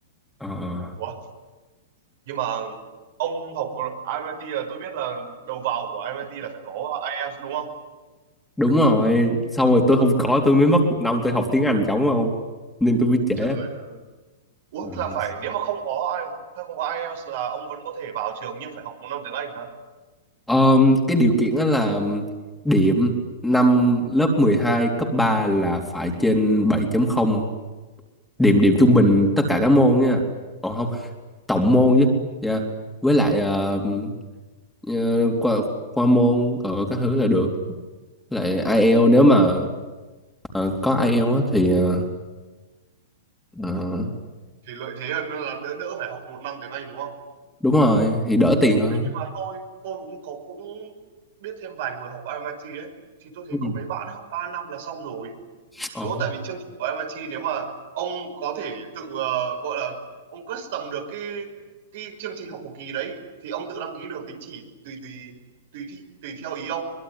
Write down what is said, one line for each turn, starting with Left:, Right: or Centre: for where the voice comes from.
Centre: à.
Right: Ủa? nhưng mà ông học MIT là tôi biết là đầu vào của MIT là phải có IELTS đúng không?
Centre: đúng rồi xong rồi tôi không có tôi mới mất một năm tôi học tiếng Anh chống không nên tôi biết trễ
Right: Trời, ủa
Centre: Ừ.
Right: là phải nếu mà không có ai hay không có IELTS là ông vẫn có thể vào trường nhưng phải học một năm tiếng Anh hả?
Centre: Ờm, cái điều kiện đó là điểm năm lớp 12 cấp 3 là phải trên bảy chấm không điểm điểm trung bình tất cả các môn nha Ồ không tổng môn chứ yeah. với lại ờ, ờ, qua qua môn ở các thứ là được Với lại IELTS nếu mà ờ, có IELTS á thì ờ, ờ,
Right: Thì lợi thế hơn là đỡ đỡ phải học một năm tiếng Anh đúng không?
Centre: đúng rồi thì đỡ tiền hơn
Right: Thế nhưng mà tôi tôi cũng có cũng biết thêm vài người học MIT ấy thì tôi thấy
Centre: Ừ.
Right: có mấy bạn ấy học 3 năm là xong rồi
Centre: Ồ
Right: đúng không? Tại vì chương trình của MIT nếu mà ông có thể tự ờ, gọi là ông custom được cái cái chương trình học của kỳ đấy thì ông tự đăng ký được tín chỉ tùy tùy tùy thi, tùy theo ý ông